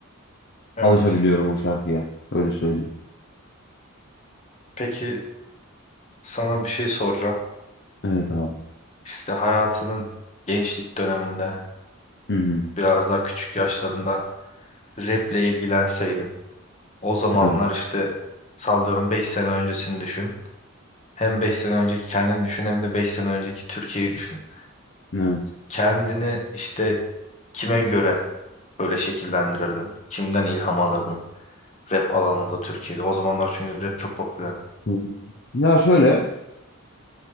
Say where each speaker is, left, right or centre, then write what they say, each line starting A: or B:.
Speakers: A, on the left (about 30°); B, on the left (about 50°).
A: evet.
B: alışabiliyorum o şarkıya. Öyle söyleyeyim.
A: Peki sana bir şey soracağım.
B: Evet abi.
A: İşte hayatının gençlik döneminde
B: Hı hı.
A: biraz daha küçük yaşlarında raple ilgilenseydin. O zamanlar
B: Evet.
A: işte sallıyorum 5 sene öncesini düşün. Hem 5 sene önceki kendini düşün hem de 5 sene önceki Türkiye'yi düşün.
B: Evet.
A: Kendini işte kime göre böyle şekillendirirdin? Kimden ilham alırdın rap alanında Türkiye'de? O zamanlar çünkü rap çok popülerdi.
B: Hı. Ya şöyle